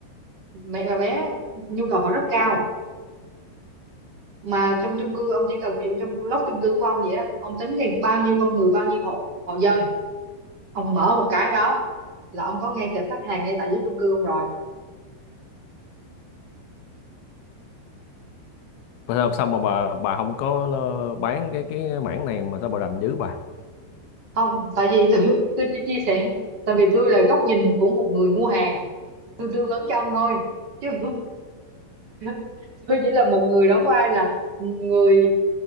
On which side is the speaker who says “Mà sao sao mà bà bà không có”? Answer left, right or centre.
Left